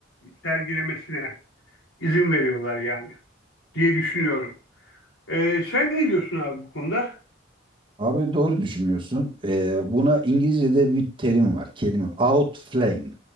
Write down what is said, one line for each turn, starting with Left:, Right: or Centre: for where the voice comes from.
Left: sergilemesine izin veriyorlar yani diye düşünüyorum. Ee, sen ne diyorsun abi bu konuda?
Right: Abi doğru düşünüyorsun. E, buna İngilizce'de bir terim var. Kelime outflank.